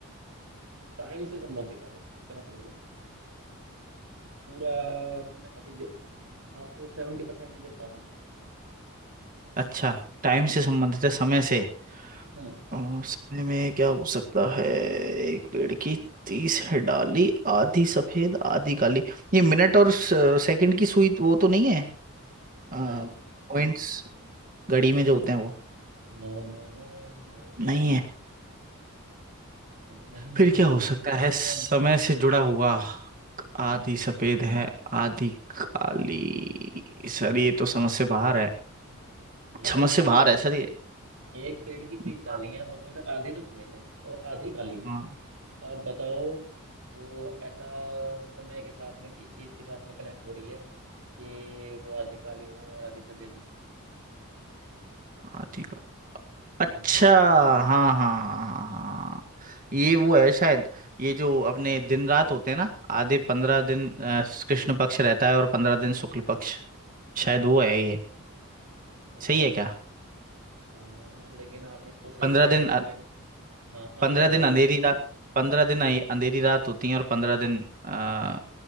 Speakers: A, on the right; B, on the right.
A: टाइम से संबंधित है बस इतना समझ लो पूरा वैसे मैंने काफी दे- आपको सेवेंटी परसेंट चीजें बता दी हैं।
B: अच्छा टाइम से संबंधित है समय से
A: हाँ
B: अ, समय में क्या हो सकता है एक पेड़ की तीस है डाली आधी सफेद आधी काली ये मिनट और सेकंड की सुई वो तो नहीं है पॉइंट्स
A: नहीं
B: घड़ी में
A: नहीं
B: जो होते हैं वो
A: No no no No no
B: नहीं
A: no
B: है
A: नहीं नहीं नहीं
B: फिर क्या हो सकता
A: ऐसा
B: है समय
A: है नहीं
B: से जुड़ा हुआ आधी
A: हम्म
B: सफेद है आधी काली
A: नहीं।
B: सर ये तो समझ से बाहर है
A: लगाओ
B: समझ
A: दिमाग
B: से बाहर
A: लगाओ
B: है सर ये
A: एक पेड़ की तीस
B: हाँ
A: डाली हैं उसमें से आधी तो सफेद है और आधी काली है
B: हाँ,
A: अब बताओ वो ऐसा समय के साथ में किस चीज के साथ में कनेक्ट हो रही है कि वो आधी काली हूँ और आधी सफेद हूँ
B: आधी काली अच्छा
A: हम्म बोलो
B: हाँ हाँ हाँ हाँ ये वो है शायद ये जो अपने
A: क्या
B: दिन रात होते हैं ना आधे पंद्रह
A: हम्म
B: दिन अ, कृष्ण पक्ष रहता है और पंद्रह दिन शुक्ल पक्ष
A: हम्म
B: शायद वो है ये
A: हम्म,
B: सही है क्या
A: हाँ लेकिन आपने इसको सही
B: पंद्रह
A: से
B: दिन
A: एक्सप्लेन हाँ
B: पंद्रह
A: आंसर
B: दिन
A: बताओ
B: अंधेरी
A: ना इसका
B: रात पंद्रह दिन अ- अंधेरी रात होती है और पंद्रह दिन आ,